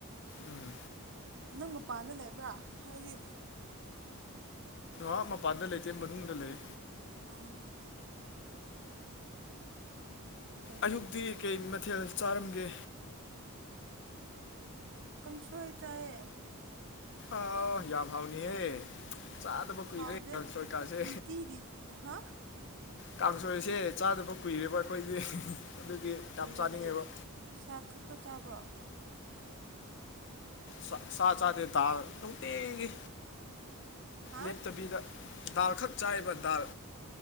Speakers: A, on the left; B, on the right.
A: ꯎꯝ
B: ꯅꯪ ꯃꯄꯥꯟꯗ ꯂꯩꯕ꯭ꯔ ꯍꯥꯏꯗꯤ
A: ꯑꯥ ꯃꯄꯥꯟꯗ ꯂꯩꯇꯦ ꯃꯅꯨꯡꯗ ꯂꯩ
B: ꯑꯧ ꯐꯩꯌꯦ
A: ꯑꯌꯨꯛꯗꯤ ꯀꯩ ꯃꯊꯦꯜ ꯆꯥꯔꯝꯒꯦ
B: ꯀꯪꯁꯣꯏ ꯆꯥꯏꯌꯦ
A: ꯑꯥꯎ ꯌꯥꯝ ꯍꯥꯎꯅꯤꯍꯦ ꯆꯥꯗꯕ ꯀꯨꯏꯔꯦ
B: ꯍꯥꯎꯗꯦ
A: ꯀꯥꯡꯁꯣꯏ ꯀꯥꯁꯦ
B: ꯅꯨꯡꯇꯤꯗꯤ ꯍꯥ
A: ꯀꯥꯡꯁꯣꯏꯁꯦ ꯆꯥꯗꯕ ꯀꯨꯏꯔꯦꯕ ꯑꯈꯣꯏꯗꯤ <unintelligible> ꯑꯗꯨꯒꯤ ꯌꯥꯝ
B: ꯀꯔꯤꯒꯤ
A: ꯆꯥꯅꯤꯡꯉꯦꯕ
B: ꯁꯥꯛ ꯈꯛꯇ ꯆꯕ꯭ꯔꯣ
A: ꯁꯥ ꯁꯥ ꯆꯥꯗꯦ ꯗꯥꯜ ꯅꯨꯡꯇꯤꯒꯤ
B: ꯍꯥ
A: ꯂꯦꯞꯇꯕꯤꯗ ꯗꯥꯜ ꯈꯛ ꯆꯥꯏꯕ ꯗꯥꯜ